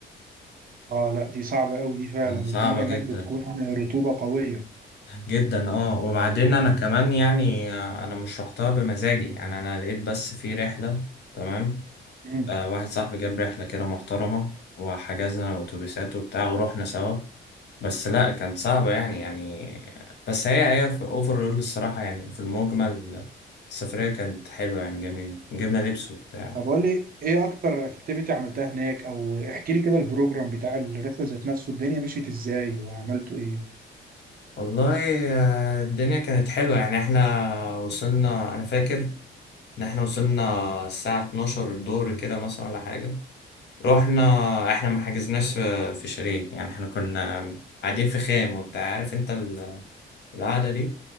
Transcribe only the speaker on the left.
كانت
صعبة جدا
جدا اه وبعدين انا كمان يعني آه، انا مش روحتها بمزاجي يعني انا لقيت بس في رحلة تمام
آه، واحد صاحبي جاب رحلة كده محترمة وحجزنا أتوبيسات وبتاع ورحنا سوا بس لا كانت صعبة يعني يعني بس هي هي في أوفرول الصراحة يعني في المجمل السفرية كانت حلوة يعني جميل جبنا لبس وبتاع
والله آه، الدنيا كانت حلوة يعني احنا وصلنا أنا فاكر إن احنا وصلنا الساعة 12 الظهر كده مثلا ولا حاجة رحنا احنا ما حجزناش في في شاليه يعني احنا كنا قاعدين في خيم وبتاع عارف انت ال- القعدة دي